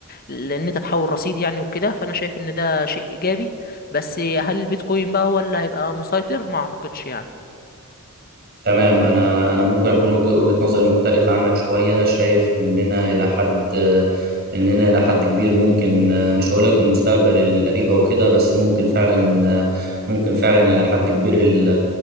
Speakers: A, on the left; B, on the right.
A: ال- ان انت تحول رصيد يعني وكده فانا شايف ان ده شيء ايجابي بس هل البيتكوين بقى هو اللي هيبقى مسيطر ما اعتقدش يعني
B: تمام انا انا ممكن اكون وجه- وجهة نظري مختلفة عنك شوية شايف اننا الى حد اننا الى حد كبير ممكن مش هقول لك المستقبل القريب او كده بس ممكن فعلا ممكن فعلا الى حد كبير ال-